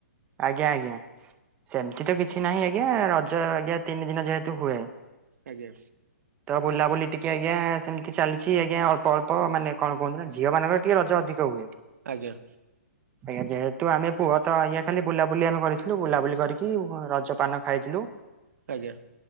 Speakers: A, on the right (about 15°); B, on the right (about 70°).
A: ଆଜ୍ଞା ଆଜ୍ଞା ସେମ ତି କିଛି ନାହିଁ ଆଜ୍ଞା ରଜ ଆଜ୍ଞା ତିନି ଦିନ ଯେହେତୁ ହୁଏ।
B: ଆଜ୍ଞା
A: ତ ବୁଲାବୁଲି ଟିକେ ଆଜ୍ଞା ସେମିତି ଚାଲିଛି ଆଜ୍ଞା ଅଳ୍ପ ଅଳ୍ପ ମାନେ କଣ କୁହନ୍ତି ନା ଝିଅ ମାନଙ୍କର ଟିକେ ରଜ ଅଧିକ ହୁଏ।
B: ଆଜ୍ଞା।
A: ଆଜ୍ଞା ଯେହେତୁ ଆମେ ପୁଅ ତ ଆଜ୍ଞା। ଖାଲି ବୁଲାବୁଲି ଆମେ କରିଥିଲୁ ବୁଲାବୁଲି କରିକି ରଜପାନ ଖାଇଥିଲୁ।
B: ଆଜ୍ଞା